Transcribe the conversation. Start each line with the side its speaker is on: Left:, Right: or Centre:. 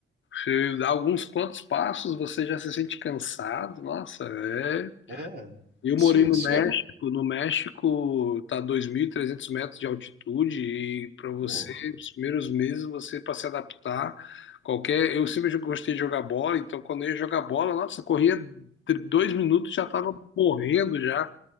Left: Você dá alguns quantos passos, você já se sente cansado. Nossa, é.
Right: É.
Left: Eu
Right: Se,
Left: morei no
Right: se
Left: México.
Right: é-
Left: No México tá 2.300 metros de altitude e para você,
Right: Pô,
Left: nos primeiros meses, você para se adaptar, qualquer. Eu sempre gostei de jogar bola, então quando eu ia jogar bola, nossa, corria tr- dois minutos já estava morrendo já.